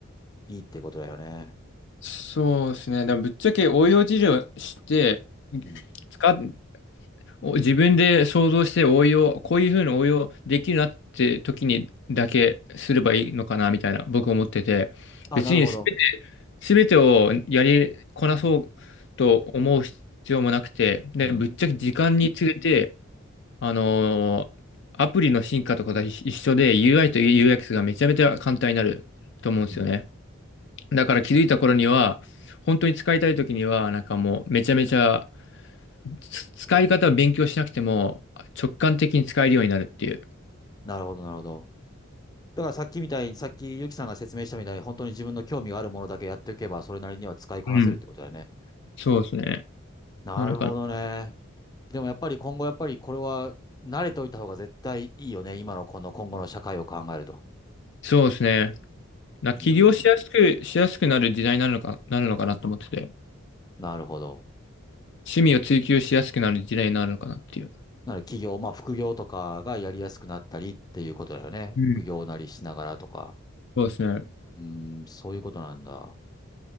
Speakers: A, on the left; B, on the left.
A: いいってことだよね。
B: そうですね。でもぶっちゃけ応用事例をして、
A: うん。
B: 使っお自分で想像して応用、こういうふうに応用できるなって時にだけすればいいのかなみたいな僕思ってて、
A: あ、
B: 別にすべて、
A: なるほど。
B: 全てをやりこなそうと思う必要もなくて、で、
A: うん。
B: ぶっちゃけ時間につれて、あのーアプリの進化とかと一一緒で UI と UX がめちゃめちゃ簡単になると思うんですよね。
A: うん。
B: だから気づいた頃には、本当に使いたい時には、なんかもうめちゃめちゃつ使い方を勉強しなくても直感的に使えるようになるっていう。
A: なるほど、なるほど。だからさっきみたいに、さっきゆきさんが説明したみたいに、本当に自分の興味があるものだけやっておけば、それなりには使いこなせるってことだよね。
B: うん。そうですね。
A: なるほどね。
B: なのかな。
A: でもやっぱり今後、やっぱりこれは慣れておいた方が絶対いいよね。今のこの今後の社会を考えると。
B: そうですね。な、
A: うん。
B: 起業しやすく、しやすくなる時代になるのか、なるのかなと思ってて、
A: なるほど。
B: 趣味を追求しやすくなる時代になるのかなっていう。
A: なので企業、まあ副業とかがやりやすくなったりっていうことだよね。
B: うん。
A: 副業なりしながらとか。
B: そうですね。
A: うーん、そういうことなんだ。